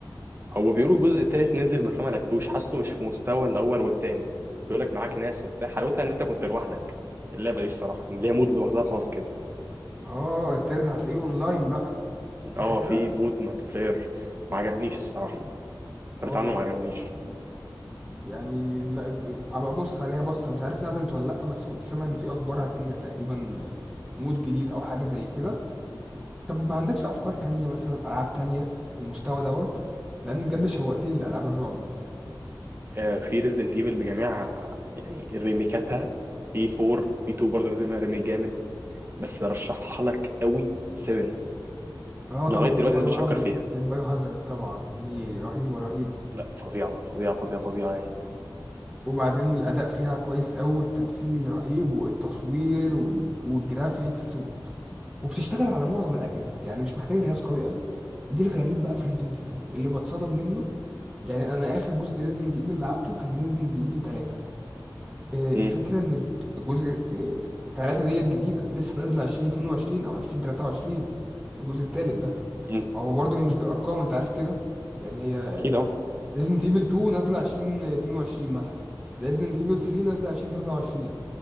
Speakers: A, on the right (about 30°); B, in the centre.
A: هو بيقولوا الجزء التالت نزل بس انا ما لعبتوش حاسه مش في مستوى الاول والتاني بيقول لك معاك ناس وبتاع حلاوتها ان انت كنت لوحدك اللعبه دي الصراحه ليها مود لوحدها خاص كده
B: آه التالت هتلاقيه أونلاين بقى صح
A: اه
B: كده؟
A: في مود مالتي بلاير ما عجبنيش الصراحه
B: آه
A: فارت عنه ما عجبنيش
B: يعني لا ابقى ابص عليها بصه مش عارف نزلت ولا لا بس كنت سامع ان في اخبار هتنزل تقريبا آه، مود جديد او حاجه زي كده طب ما عندكش افكار تانية مثلا العاب تانية في المستوى دوت لان بجد شوقتني لالعاب الرعب
A: آه، في ريزدنت ايفل بجميع يعني ريميكاتها في 4 في 2 برضه نزل منها ريميك جامد بس رشحها لك قوي 7
B: اه
A: لغايه
B: طبعا البايو
A: دلوقتي الناس بتشكر
B: هامر
A: فيها
B: البايو هازارد طبعا دي رهيبه رهيبه
A: لا فظيعه فظيعه فظيعه فظيعه يعني
B: وبعدين الاداء فيها كويس قوي والتمثيل رهيب والتصوير وال- والجرافيكس و... وبتشتغل على معظم الاجهزه يعني مش محتاجه جهاز قوي قوي دي الغريب بقى في ريزنت ايفل اللي بتصدم منه يعني انا اخر جزء ريزيدنت ايفل لعبته كان ريزيدنت ايفل 3 آه، الفكره
A: امم
B: ان الجزء آه، 3 ديت جديده لسه نازله 2022 او 2023 الجزء الثالث ده
A: امم
B: ما هو برضه هي مش بالارقام انت عارف كده يعني هي
A: اكيد اه
B: ريزيدنت ايفل 2 نازله 2022 مثلا ريزيدنت ايفل 3 نازله 2023